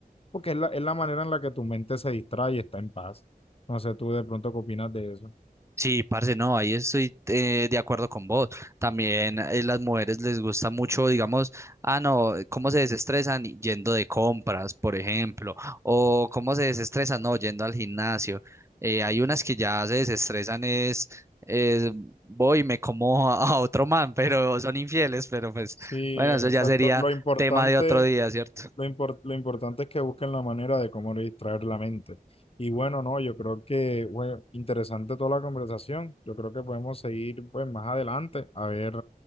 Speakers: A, on the left; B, on the right.
A: porque es la, es la manera en la que tu mente se distrae y está en paz. No sé, tú de pronto qué opinas de eso.
B: Sí, parce, no, ahí estoy eh, de acuerdo con vos. También eh, las mujeres les gusta mucho, digamos, ah, no, cómo se desestresan yendo de compras, por ejemplo, o cómo se desestresan, no, yendo al gimnasio. Eh, hay unas que ya se desestresan, es, es voy y me como a, <laughs> a otro man, pero son infieles, pero pues,
A: Sí,
B: bueno,
A: exacto.
B: eso ya sería
A: Lo importante,
B: tema de otro día, ¿cierto?
A: lo impor- lo importante es que busquen la manera de cómo distraer la mente. Y bueno, no, yo creo que, bueno, interesante toda la conversación. Yo creo que podemos seguir pues más adelante a ver